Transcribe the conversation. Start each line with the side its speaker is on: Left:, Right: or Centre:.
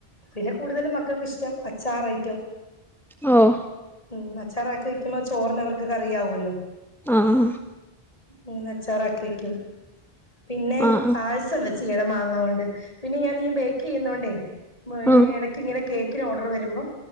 Left: പിന്നെ കൂടുതലും മക്കൾക്ക് ഇഷ്ടം അച്ചാറ് ഐറ്റം
Centre: ആഹ്
Left: ഉം അച്ചാറാക്കി വക്കുമ്പോ ചോറിന് അവർക്ക് കറിയാവൂല്ലോ
Centre: ആഹ്
Left: മീ നച്ചാറാക്കി വക്കും പിന്നെ
Centre: ആഹ് ആഹ്
Left: പായസം വെച്ച് ഇയെടെ മാങ്ങ കൊണ്ട് പിന്നെ ഞാനീ ബേക്കറി ചെയ്യുന്നോണ്ടേ
Centre: ആഹ്
Left: ഇട ക്ക് ഇങ്ങനെ കേക്കിന് ഓർഡർ വരുമ്പം